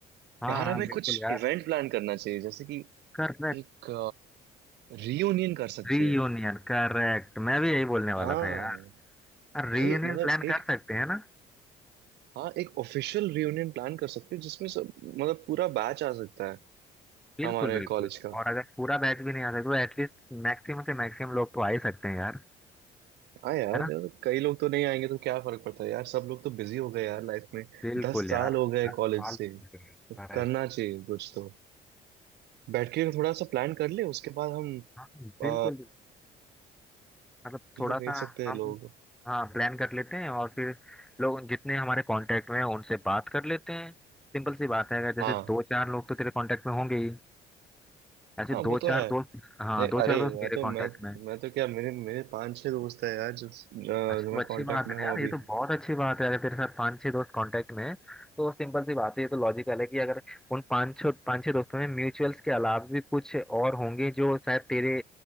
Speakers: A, in the centre; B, on the right.
A: हाँ
B: यार
A: हाँ
B: हमें
A: बिल्कुल
B: कुछ
A: यार
B: इवेंट प्लान करना चाहिए जैसे कि
A: करेक्ट
B: एक रियूनियन कर सकते
A: Reunion
B: हैं
A: correct मैं भी यही बोलने
B: हाँ
A: वाला था यार रीयूनियन
B: भाई मतलब
A: प्लान
B: एक
A: कर सकते हैं ना
B: हाँ एक ऑफिशियल रियूनियन प्लान कर सकते हैं जिसमें सब मतलब पूरा बैच आ सकता है
A: बिल्कुल
B: हमारे
A: बिल्कुल
B: कॉलेज का
A: और अगर पूरा बैच भी नहीं आ सकता तो एटलीस्ट मैक्सिमम से मैक्सिमम लोग तो आ ही सकते हैं यार
B: हाँ यार
A: है ना
B: जब कई लोग तो नहीं आएंगे तो क्या फर्क पड़ता है यार सब लोग तो बिजी हो गए यार लाइफ में
A: बिल्कुल
B: दस साल
A: यार
B: हो गए
A: दस साल
B: कॉलेज
A: हो
B: से तो
A: गए, correct।
B: करना चाहिए कुछ तो बैठ के थोड़ा सा प्लान कर ले उसके बाद हम
A: हाँ बिल्कुल
B: आ,
A: मतलब थोड़ा
B: तो भेज
A: सा
B: सकते हैं
A: हम
B: लोग
A: हाँ प्लान कर लेते हैं और फिर लोग जितने हमारे कांटेक्ट में हैं उनसे बात कर लेते हैं सिंपल सी बात है अगर
B: हाँ
A: जैसे दो चार लोग तो तेरे कांटेक्ट में होंगे ही ऐसे
B: हाँ
A: दो
B: वो तो
A: चार
B: है
A: दोस्त हाँ
B: नहीं
A: दो
B: अरे
A: चार दोस्त
B: मैं
A: मेरे
B: तो
A: कांटेक्ट
B: मैं
A: में हैं।
B: मैं तो क्या मेरे मेरे पांच छह दोस्त है यार जो जो
A: अच्छा
B: जो
A: तो
B: मैं
A: अच्छी
B: कांटेक्ट
A: बात
B: में
A: है
B: हूँ
A: ना यार
B: अभी
A: ये तो बहुत अच्छी बात है अगर तेरे साथ पांच छह दोस्त कांटेक्ट में हैं तो सिंपल सी बात है ये तो लॉजिकल है कि अगर उन पांच छह पांच छह दोस्तों में म्यूचुअल्स के अलावा भी कुछ और होंगे जो शायद तेरे